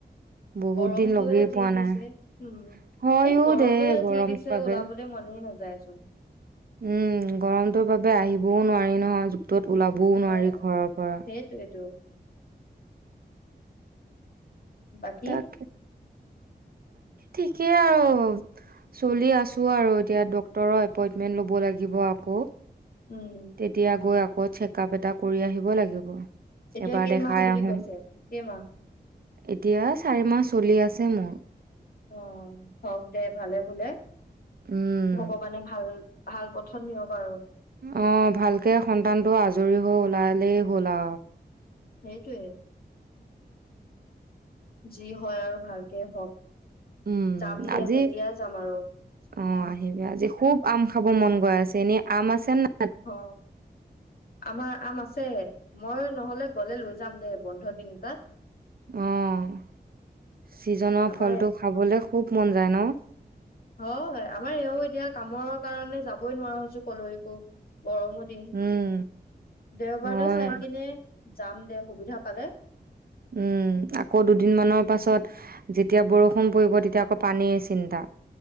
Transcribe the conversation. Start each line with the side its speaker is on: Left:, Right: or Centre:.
Right: বহুত
Left: গৰমটোহে
Right: দিন লগেই
Left: যি
Right: পোৱা
Left: দিছে
Right: নাই
Left: হম
Right: হয়ও
Left: এই গৰমটোহে
Right: দে গৰমটোৰ
Left: যি দিছে
Right: বাবে
Left: ওলাবলে মনেই নাযায়। যাইচোন
Right: উম গৰমটোৰ বাবে আহিবও নোৱাৰি নহয় তত ওলাবও
Left: হয়।
Right: নোৱাৰি ঘৰৰ পৰা,
Left: সেইটোৱেটো বাকী
Right: <unintelligible> ঠিকেই আৰু চলি আছো আৰু এতিয়া ডক্টৰৰ এপইন্টমেন্ট লব লাগিব আকৌ
Left: উম,
Right: তেতিয়া গৈ আকৌ, আকৌ চেক আপ এটা কৰি আহিব লাগিব
Left: এতিয়া
Right: এবাৰ
Left: কেইমাহ
Right: দেখাই
Left: বুলি
Right: আহো,
Left: কৈছে কেইমাহ
Right: এতিয়া চাৰি মাহ চলি আছে। যে মোৰ,
Left: অ' হওক দে ভালে বোলে
Right: উম
Left: ভগৱানে ভাল ভাল পথত নিয়ক আৰু
Right: অ' ভালকে সন্তানটো আজৰি হৈ ওলাইলেই ভলা,
Left: সেইটোৱে, যি হয় আৰু ভালকে হওক,
Right: উম,
Left: যাম দে
Right: আজি
Left: তেতিয়া যাম আৰু
Right: অ' আহিবি আজি খুব আম খাব মন গৈ আছে এনেই আম আছে না
Left: অ', আমাৰ আম আছে মই নহলে গ'লে লৈ যাম দে বন্ধ দিন এটাত
Right: অ', চিজনৰ
Left: আমাৰ
Right: ফলটো খাবলে খুব
Left: উম
Right: মন যায় ন'।
Left: হয়, আমাৰ এওঁ এতিয়া কামৰ কাৰণে যাবই নোৱাৰা হৈছো কলৈকো। গৰমো দিন
Right: উম,
Left: দেওবাৰ
Right: হয়।
Left: এটা চাই কিনে যাম দে সুবিধা পালে।
Right: উম, আকৌ দুদিনমানৰ পাছত যেতিয়া বৰষুণ পৰিব তেতিয়া আকৌ পানীৰ চিন্তা।